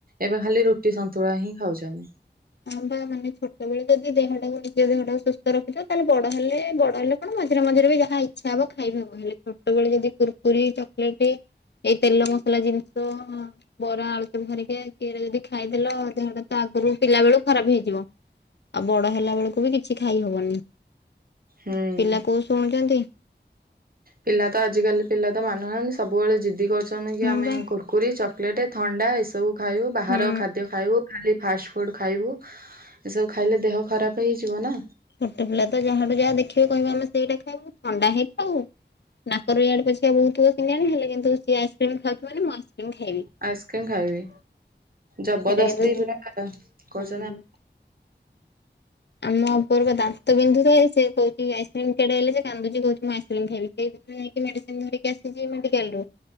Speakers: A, on the right; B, on the left.
A: ଏବେ ଖାଲି ରୁଟି ସନ୍ତୁଳା ହିଁ ଖାଉଛନ୍ତି।
B: ହଁ ବା ମାନେ ଛୋଟବେେଳେ ଯଦି ଦେହଟାକୁ ନିଜ ଦେହଟାକୁ ସୁସ୍ଥ ରଖିଉ ତାହେଲେ ବଡ ହେଲେ ବଡ ହେଲେ ଆପଣ ମଝିରେ ମଝିରେ ବି ଯାହା ଇଚ୍ଛା ହବ ଖାଇବ ହବ ହେଲେ ଛୋଟବେଳେ ଯଦି କୁରପୁରୀ ଚକଲେଟ ଏଇ ତେଲ ମସଲା ଜିନିଷ ବରା ଆଳୁଚପ ଘରିକା କି ଏରା ଯଦି ଖାଇଦେଲ ଦେହଟା ତ ଆଗରୁ ପିଲା ବେଳୁ ଖରାପ ହେଇଯିବ ଆଉ ବଡ ହେଲା ବେଳକୁ ବି କିଛି ଖାଇ ହବନି।
A: ହୁଁ।
B: ପିଲା କୋଉ ଶୁଣୁଛନ୍ତି।
A: ପିଲା ତ ଆଜିକାଲି ପିଲା ତ ମାନୁନାହାନ୍ତି ସବୁବେଳେ ଜିଦି କରୁଛନ୍ତି କି
B: ହଁ
A: ଆମେ
B: ବା।
A: କୁରୁ କୁରୀ ଚକୋଲେଟ ଥଣ୍ଡା ଏସବୁ ଖାଇବୁ ବାହାର
B: ହୁଁ
A: ଖାଦ୍ୟ ଖାଇବୁ ଖାଲି ଫାଷ୍ଟ ଫୁଡ ଖାଇବୁ ଏସବୁ ଖାଇଲେ ଦେହ ଖରାପ ହେଇଯିବ ନା।
B: ଛୋଟ ପିଲା ତ ଯାହାଠୁ ଯାହା ଦେଖିବେ କହିବେ ଆମେ ସେଇଟା ଖାଇବୁ ଥଣ୍ଡା ହେଇଥାଉ। ନାକରୁ ଇଆଡ଼େ ପଛକେ ବହୁଥିବ ସିଙ୍ଗାଣି ହେଲେ କିନ୍ତୁ ସିଏ ଆଇସ୍କ୍ରିମ୍ ଖାଉଚି ମାନେ ମୁଁ ଆଇସ୍କ୍ରିମ୍ ଖାଇବି।
A: ଆଇସ୍କ୍ରିମ୍ ଖାଇବି ଜବରଦସ୍ତି
B: ସେଇଟା କିନ୍ତୁ
A: ପୁରା କହୁଛନ୍ତି
B: ହୁଁ। ଆମ ଉପର ପା ଦାନ୍ତ ବିନ୍ଧୁଥାଏ ସେ କହୁଛି ଆଇସ୍କ୍ରିମ କେଡା ହେଲେ କାନ୍ଦୁଛି କହୁଛି ମୁଁ ଆଇକ୍ରିମ୍ ଖାଇବି କେଦିନ ଯାଇକି ମେଡିସିନ ଧରିକି ଆସିଛି ମେଡିକାଲ ରୁ